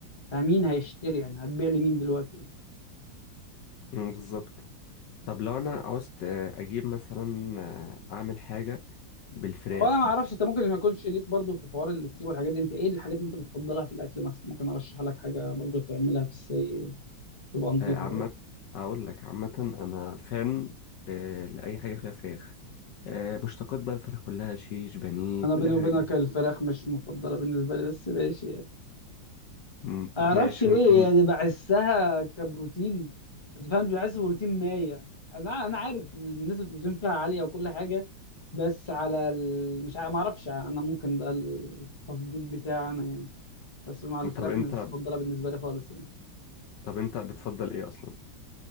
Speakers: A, on the left; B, on the left.
A: فمين هيشتري يعني هتبيع لمين دلوقتي
B: مم، بالظبط طب لو انا عاوزت آه، اجيب مثلا آه، اعمل حاجه بالفراخ
A: هو انا ما اعرفش انت ممكن ما يكونش ليك برضو في حوار الاستيك والحاجات دي انت ايه الحاجات اللي انت بتفضلها في الاكل مثلا ممكن ارشح لك حاجه برضو تعملها في السريع يعني تبقى نظيفه
B: آه، عامه
A: برضو
B: اقول لك عامه انا فان آه، لاي حاجه فيها فراخ آه، مشتقات بقى الفراخ كلها شيش بانيه
A: انا
B: كل
A: بيني
B: الحاجات
A: وبينك
B: دي
A: الفراخ مش مفضله بالنسبه لي بس ماشي يعني.
B: مم،
A: اعرفش
B: طب ماشي
A: ليه
B: ممكن
A: يعني بحسها كبروتين انت فاهم بحس بروتين مايع انا انا عارف نسبه البروتين فيها عاليه وكل حاجه بس على ال... مش ع- ما اعرفش يعني انا ممكن ده التفضيل بتاعي انا يعني بس مع الفراخ
B: طب انت
A: مش مش مفضله بالنسبه لي خالص يعني
B: طب انت بتفضل ايه اصلا